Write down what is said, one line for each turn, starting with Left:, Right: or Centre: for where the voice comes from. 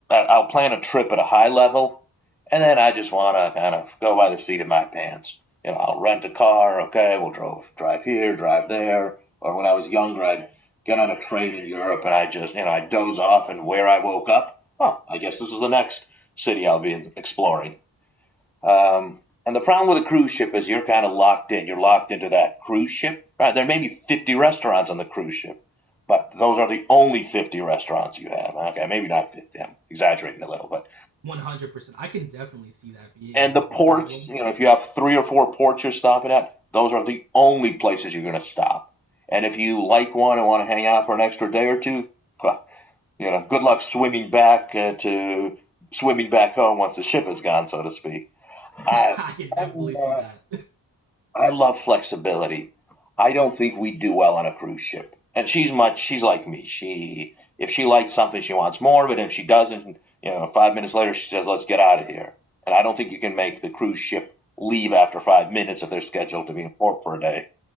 Centre: i will plan a trip at a high level, and then I just want to kind of go by the seat of my pants. You know, I'll rent a car. Okay, we'll drive drive here, drive there. Or when I was younger, I'd get on a train in Europe, and I just you know I doze off, and where I woke up, oh, I guess this is the next city I'll be exploring um, and the problem with a cruise ship is you're kind of locked in. You're locked into that cruise ship. Right? There may be 50 restaurants on the cruise ship, but those are the only 50 restaurants you have. Okay, maybe not 50. I'm exaggerating a little, but
Right: One hundred percent, I can definitely see that being
Centre: and
Right: a bit
Centre: the ports.
Right: of a problem.
Centre: You know, if you have three or four ports you're stopping at, those are the only places you're going to stop. And if you like one and want to hang out for an extra day or two, well, you know, good luck swimming back uh, to swimming back home once the ship is gone, so to speak. I,
Right: <laughs> I can definitely
Centre: I'm,
Right: see
Centre: uh,
Right: that.
Centre: I love flexibility. I don't think we'd do well on a cruise ship. And she's much she's like me. She if she likes something she wants more, but if she doesn't, you know, five minutes later she says, Let's get out of here. And I don't think you can make the cruise ship leave after five minutes if they're scheduled to be in port for a day.